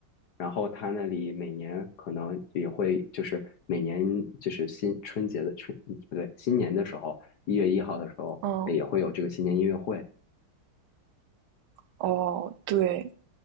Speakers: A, on the left; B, on the right.
A: 然后他那里每年可能也会，就是每年就是新春节的春，嗯不对，新年的时候，一月一号的时候，
B: 嗯，
A: 呃也会有这个新年音乐会
B: 哦，对，